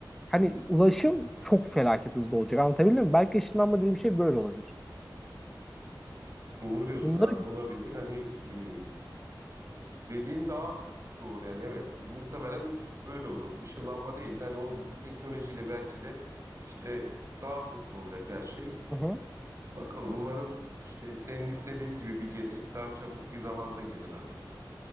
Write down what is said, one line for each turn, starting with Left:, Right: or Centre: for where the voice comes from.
Centre: hani ulaşım çok felaket hızlı olacak anlatabildim mi? Belki ışınlanma dediğim şey böyle olabilir.
Right: Doğru diyorsun
Centre: Bunları
Right: abi olabilir. Hani e, Dediğin daha doğru yani evet muhtemelen öyle olur. Işınlanma değil de hani o bir teknolojiyle belki de işte daha hızlı olacak her şey.
Centre: Hı hı.
Right: Bakalım umarım işte senin istediğin gibi bir gelecek daha çabuk bir zamanda gelir abi.